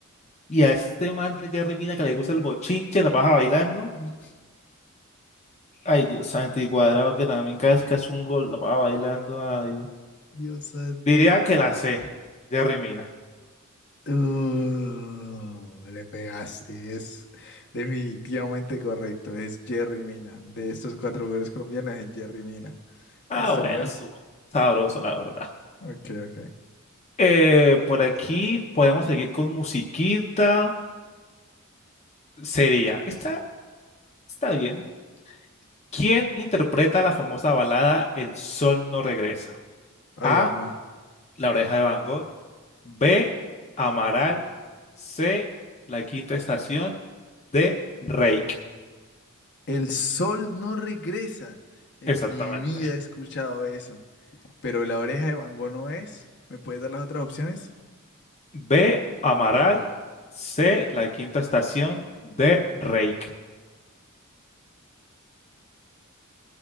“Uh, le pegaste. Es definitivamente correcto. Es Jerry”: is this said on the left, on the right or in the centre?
Left